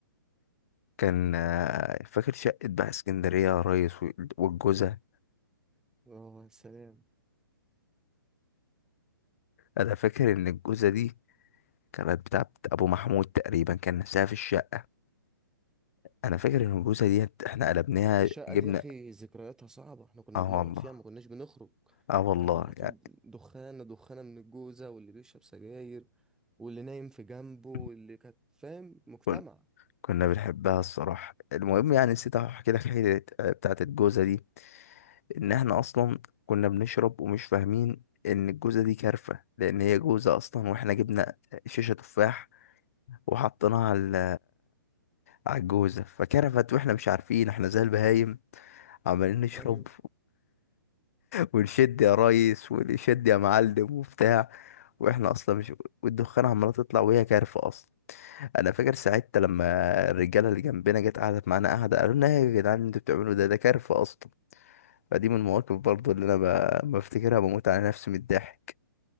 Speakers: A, on the left; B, in the centre.
A: كان آه، فاكر شقة بقى اسكندرية يا ريس وال- والجوزة
B: اه يا سلام
A: انا فاكر ان الجوزه دي كانت بتاعت ابو محمود تقريبا كان نفسها في الشقه انا فاكر ان الجوزه دي احنا قلبناها
B: الشقه
A: جبنا
B: دي يا اخي ذكرياتها صعبه احنا كنا
A: اه
B: بنقعد
A: والله
B: فيها ما كناش بنخرج
A: اه والله
B: كانت على طول
A: يعني
B: دخانه دخانه من الجوزه واللي بيشرب سجاير واللي نايم في جنبه واللي
A: <clears throat>
B: كانت فاهم مجتمع
A: كن- كنا بنحبها الصراحه المهم يعني نسيت احكي لك حته بتاعت الجوزه دي ان احنا اصلا كنا بنشرب ومش فاهمين ان الجوزه دي كارفه لان هي جوزه اصلا واحنا جبنا شيشه تفاح وحطيناها على على الجوزه فكرفت واحنا مش عارفين احنا زي البهايم عمالين نشرب
B: ايوه
A: ونشد يا ريس ونشد يا معلم وبتاع واحنا اصلا مش والدخان عماله تطلع وهي كارفه اصلا انا فاكر ساعتها لما الرجاله اللي جنبنا جت قعدت معانا قعده قالوا لنا إيه يا جدعان اللي انتوا بتعملوا ده ده كارفه اصلا فدي من المواقف برضو اللي انا ب... بفتكرها بموت على نفسي من الضحك